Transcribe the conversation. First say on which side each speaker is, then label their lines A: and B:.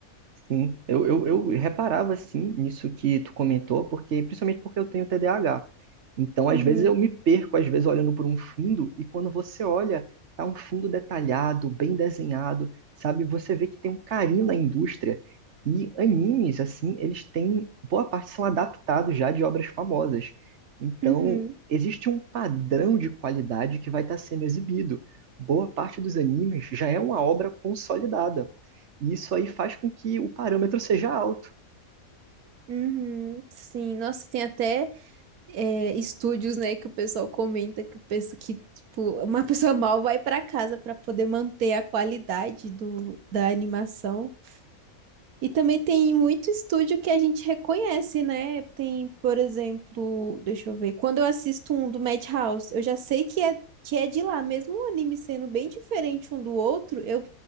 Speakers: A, on the right; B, on the right.
A: Sim, eu, eu, eu reparava assim nisso que tu comentou, porque principalmente porque eu tenho TDAH. Então, às
B: Uhum,
A: vezes eu me perco, às vezes olhando por um fundo e quando você olha, tá um fundo detalhado, bem desenhado, sabe? Você vê que tem um carinho na indústria. E animes assim, eles têm boa parte são adaptados já de obras famosas. Então,
B: uhum,
A: existe um padrão de qualidade que vai estar sendo exibido. Boa parte dos animes já é uma obra consolidada. E isso aí faz com que o parâmetro seja alto.
B: uhum. Sim, nossa, tem até é, estúdios, né, que o pessoal comenta que, o pessoal, que tipo, uma pessoa mal vai para casa para poder manter a qualidade do, da animação. E também tem muito estúdio que a gente reconhece, né? Tem, por exemplo, deixa eu ver, quando eu assisto um do Madhouse, eu já sei que é, que é de lá, mesmo o anime sendo bem diferente um do outro, eu